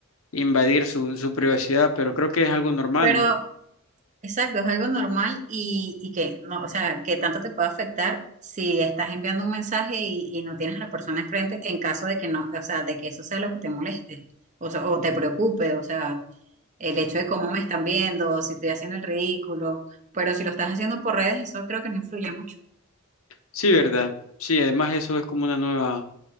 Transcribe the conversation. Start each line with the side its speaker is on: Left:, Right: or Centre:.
Left: invadir su, su privacidad, pero creo que es algo normal,
Right: Pero
Left: ¿no?
Right: Exacto, es algo normal y, y que no, o sea, que tanto te puede afectar si estás enviando un mensaje y, y no tienes a la persona enfrente en caso de que no, o sea, de que eso sea lo que te moleste o, sea, o
Left: Ujú.
Right: te preocupe, o sea, el hecho de cómo me están viendo, si estoy haciendo el ridículo, pero si lo estás haciendo por redes, eso creo que no influye mucho.
Left: Sí, ¿verdad? Sí, además eso es como una nueva,